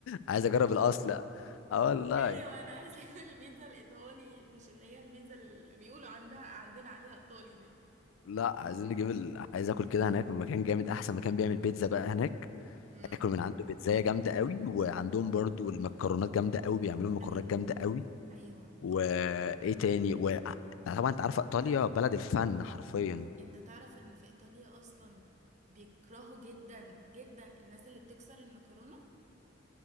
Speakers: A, on the left; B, on the right.
A: عايز اجرب الاصل اه والله
B: ايوه انا عايزه اكل البيتزا الايطالي مش اللي هي البيتزا اللي بيقولوا عندها عندنا عليها ايطالي دي
A: لا عايزين نجيب ال... عايز اكل كده هناك من مكان جامد احسن مكان بيعمل بيتزا بقى هناك
B: امم
A: اكل من عنده بيتزا جامده قوي وعندهم برضو المكرونات جامده قوي بيعملوا مكرونات
B: ايوه
A: جامده قوي
B: ايوه
A: وايه تاني و... طبعا انت عارفه ايطاليا بلد الفن حرفيا
B: انت تعرف ان في ايطاليا اصلا بيكرهوا جدا جدا الناس اللي بتكسر المكرونه